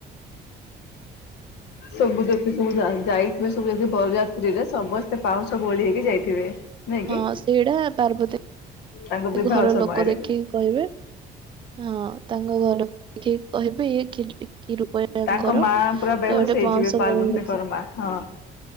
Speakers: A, on the left (about 80°); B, on the right (about 30°).
A: ସବୁ ଦେଖି ସବୁ ଯାଇ ଯାଇ ଏବେ ସବୁ ଏବେ ବରଯାତ୍ରୀରେ ସମସ୍ତେ ପାଉଁଶ ବୋଳି ହେଇକି ଯାଇଥିବେ ନାଇଁ କି?
B: ହଁ ସେଇଟା ପାର୍ବତୀ
A: ତାଙ୍କ ବିବାହ
B: ଘର
A: ସମୟରେ
B: ଲୋକ ଦେଖି କହିବେ ହଁ ତାଙ୍କ ଘର ଦେଖି କହିବେ ଇଏ କି କି ରୂପ ୟାଙ୍କର
A: ତାଙ୍କ ମା
B: ଇଏ
A: ପୁରା ବେହୋସ
B: ଗୋଟେ
A: ହେଇଯିବେ
B: ପାଉଁଶ
A: ପାର୍ବତୀଙ୍କର
B: ବୋଳି ହେଇଛି
A: ମା। ହଁ